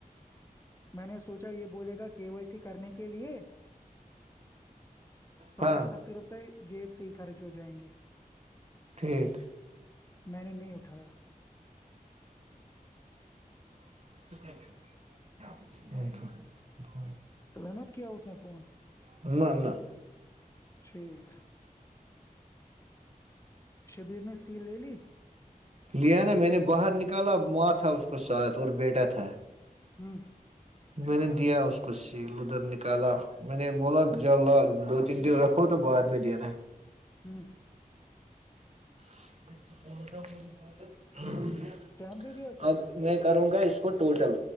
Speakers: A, on the left; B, on the right.
A: میں نے سوچا یہ بولے گا کے وائی سی کرنے کے لیے ساٹھ
B: ہاں
A: ستر روپے جیب سے ہی خرچ ہو جائیں گے
B: ٹھیک
A: میں نے نہیں اٹھایا
B: ا <unintelligible>
A: تو وہ مت کی اس نے فون
B: نہ نہ
A: ٹھیک شبیر نے سیل لے لی
B: لانا میں نے باہر نکالا ماں تھا اس کو ساتھ اور بیٹا تھا
A: ہوں
B: میں نے دیا اس کو سیل ادھر نکالا میں نے بولا جب ل دو تین دن رکھو تو بعد میں دینا
A: ہوں
B: <unintelligible>
A: ٹم بھی دیا ساتھ
B: اب
A: میں
B: کروں گا اس کو ٹوٹل